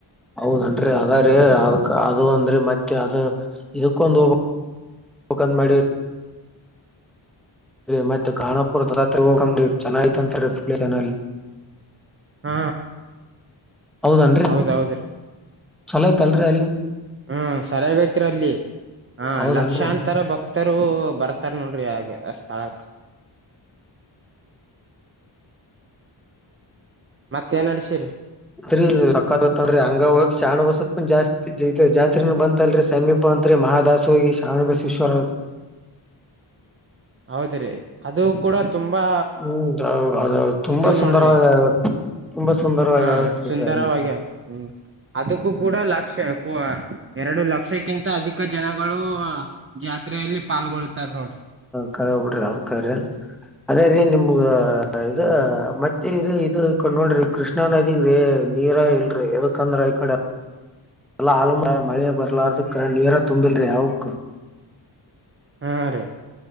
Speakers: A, in the centre; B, on the right.
A: ಹೌದ ಅನರೀ ಅದರಿ
B: ಹ್ಮ್
A: ಅದಕ <unintelligible> ಅದು ಅಂದ್ರೆ ಮತ್ತೆ ಅದು ಇದಕ್ಕೊಂದು ಹೋಗ್ ಬೇಕ್ ಅಂತ ಮಾಡೆವ. ಮತ್ತೆ ಕಾನಾಪುರ <unintelligible> ಹೋಗಬೇಕ್ ಅಂದಿವಿ ಚೆನಾಯತಂತೀ ಫು ಜನಲ್ಲಿ.
B: ಹಾ
A: ಹೌದನ್ರಿ
B: ಹೌದೌದ ರೀ
A: ಚಲೋ ಐತಲ್ರರಿ ಅಲ್ಲಿ
B: ಹ್ಮ ಸರಿಯಾಗೈತ್ರಿ ಅಲ್ಲಿ ಹ
A: ಹೌದನ್ರಿ
B: ಲಕ್ಷಾಂತರ ಭಕ್ತರು ಬರ್ ತರ್ ನೋಡ್ರಿ ಆಗ ಸ್ಥಳಕ್ ಮತ್ತೇನ್ಡಶೀರಿ
A: ರಿ ಸತ್ರಿ ಹಂಗ ಚ ಸ್ವಪ ಜಾಸ್ತಿ ಜಾತ್ರೆನ ಬಂತಲ್ರರಿ ಸಮೀಪ ಅಂತ್ರೆ ಮಹದಾಸ ಹೋಗಿ ಶ್ರಾವಣ ಬಸೇಶ್ವರ
B: ಹೌದ್ರಿ ಅದು ಕೂಡ ತುಂಬಾ
A: ಹ್ಮ್ ಅವ್ ಅದು ತುಂಬಾ
B: ಇದು
A: ಸುಂದರವಾಗಿ
B: ನೋಡ್ರಿ
A: ತುಂಬಾ ಸುಂದರವಾಗಿ
B: ಹಾ
A: ಆಗತ್ ಬಿಡ್ರಿ
B: ಸುಂದರವಾಗಿ
A: ಅದ್ನ
B: ಹ್ಮ್ ಅದಕ್ಕೂ ಕೂಡ ಲಕ್ಷ್ಯ ಎರಡು ಲಕ್ಷಕ್ಕಿಂತ ಅಧಿಕ ಜನಗಳು ಜಾತ್ರೆಯಲ್ಲಿ ಪಾಲ್ಗೊಳ್ಳುತ್ತ ಉತ್ತರ್ ನೋಡ
A: ಕ ಹೋಗ್ಬಿಡ್ರಿ ಅವಕ ಅದೇ ರೀ ನಿಮ್ಗ ಇ ಮತ್ತೆ ಇ ಇದು ಕೊಂಡ್ ನೋಡ್ರಿ ಕೃಷ್ಣಾ ನದಿಗ್ರೀ ನೀರ ಇಲ್ರಿ ಯದಕಂದ್ರ ಆಯತ ಅಡ ಎಲ್ಲಾ ಆಳಮ ಮಳೆಯ ಬರ್ಲಾರದಕ್ಕ ನೀರಾ ತುಂಬಿಲ್ರಿ ಯಕ್
B: ಹ್ಮ ರೀ